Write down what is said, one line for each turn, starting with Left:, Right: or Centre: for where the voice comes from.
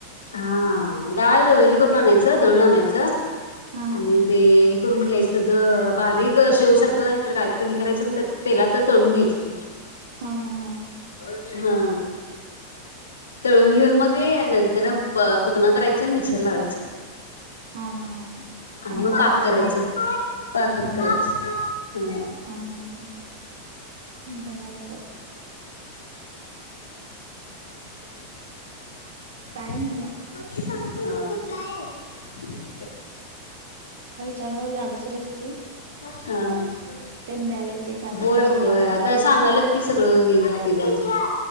Left: हा हा डाळ हे करून आणायचं दळून आणायचं. छ
Right: हा
Left: आणि
Right: हा
Left: ते करून घ्यायच ज बारीक शेव सारखं नाहीतर काय हे करायचं तेलात तळून घ्यायची ते..
Right: हा हा हा...
Left: हा तळून घेऊन मग ते.... तर फुकणा करायचं आणि मिक्सर लावायचं...
Right: हा हा हा हा
Left: आणि मग पाक
Right: पाकात
Left: करायचं
Right: घालायच काय
Left: पाकच
Right: हा
Left: करायचकी
Right: हा
Left: कर....
Right: हा हा हा बर बर
Left: अ
Right: नाहीवा...
Left: काय...
Right: तर लाडूची रेसपी...
Left: हा ह
Right: द्यायला येतंय काय
Left: होय
Right: तर काय
Left: होय
Right: तर लाडू
Left: आता
Right: बिडू करून.
Left: सांगालच कि सगळं हे द्या त द्या....